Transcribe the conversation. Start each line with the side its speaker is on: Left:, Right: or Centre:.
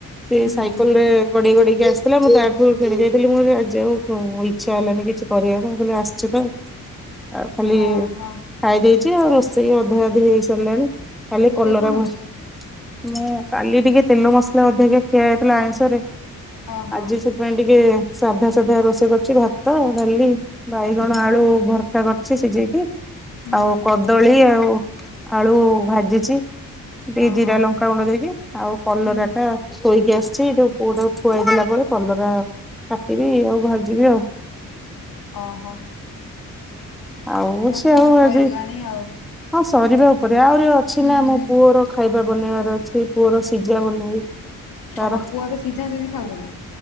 Centre: ସେ
Left: ହୁଁ
Centre: ସାଇକେଲ୍
Left: ହୁଁ
Centre: ରେ ଗଡେଇ-ଗଡେଇ କି ଆସିଥିଲା ମୁଁ ତାଠୁ କିଣିଦେଇ ଥିଲି ମୋ ଆଜି ଆଉ ଇଚ୍ଛା ହେଲାନି କିଛି କରିବାକୁ ମୁଁ କହିଲି ଆସିଚି ତ ଆଉ। ଆଉ ଖାଲି
Left: ଓହୋ
Centre: ଖାଇ ଦେଇଛି ଆଉ ରୋଷେଇ ଅଧା ଅଧି ହେଇସାରିଲାଣି। ଖାଲି
Left: ରୋଷେଇ
Centre: କଲରା
Left: କଣ
Centre: ଭସ୍
Left: ହଉଛି?
Centre: ମୁଁ କାଲି ଟିକେ ତେଲ ମସଲା ଅଧିକ ଖିଆ ହୋଇଥିଲା ଆଇଁଷରେ,
Left: ଓହୋ
Centre: ଆଜି ସେ <unintelligible> ଟିକେ ସାଧା-ସାଧା ରୋଷେଇ କରିଚି ଭାତ, ଡାଲି, ବାଇଗଣ ଆଳୁ ଭର୍ତା କରିଚି ସିଜେଇକି
Left: ହୁଁ
Centre: ଆଉ
Left: ହୁଁ
Centre: କଦଳୀ ଆଉ ଆଳୁ ଭାଜିଚି। ଟିକେ
Left: ଓହୋ
Centre: ଜିରା ଲଙ୍କା ଗୁଣ୍ଡ ଦେଇକି ଆଉ କଲରା
Left: ହୁଁ।
Centre: ଟା ଥୋଇକି ଆସିଛି, ଏଇଟା ପୁଅଟାକୁ ଖୁଆଇ ଦେଲା ପରେ କଲରା କାଟିବି ଆଉ ଭାଜିବି ଆଉ।
Left: ଓହୋ।
Centre: ଆଉ
Left: ରୋଷେଇବାସ
Centre: ସେ
Left: ତାହେଲେ
Centre: ଆଉ
Left: ସରିଲାଣି
Centre: ଆଜି
Left: ଆଉ
Centre: ହଁ ସରିବା ଉପରେ, ଆହୁରି ଅଛି
Left: ହୁଁ
Centre: ନା ମୋ
Left: ହୁଁ
Centre: ପୁଅର ଖାଇବା ବନେଇବାର ଅଛି, ପୁଅର ସିଜା ବନେଇବି। ତାର
Left: ଓହୋ ପୁଅ ଏବେ ସିଝା ସିଝି ଖାଉଚନ୍ତି।